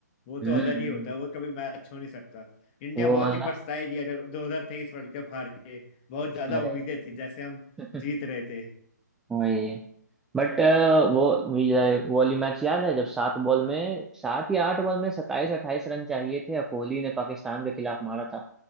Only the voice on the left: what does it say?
वो तो
अलग ही होता है वो कभी मैच हो नहीं सकता इंडिया
बहुत
ही पछताएगी अगर 2023 वर्ल्ड कप हार के बहुत ज्यादा
उम्मीदें थी जैसे हम
जीत रहे थे